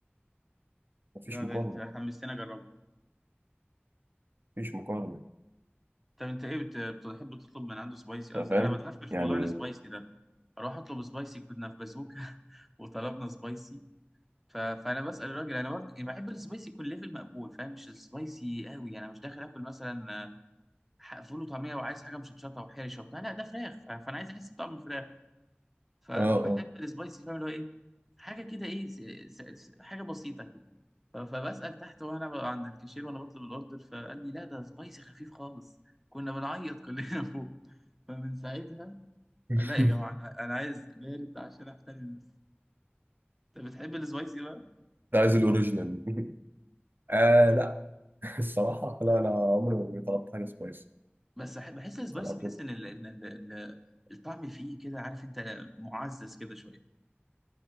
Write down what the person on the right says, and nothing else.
مفيش
مقارنة
مفيش مقارنة
أنت فاهم
يعني
اه اه
<laughs>
ده عايز الاوريجينال <laughs> آه
لا <laughs> الصراحة لا أنا عمري ما طلبت حاجة سبايسي
على
طول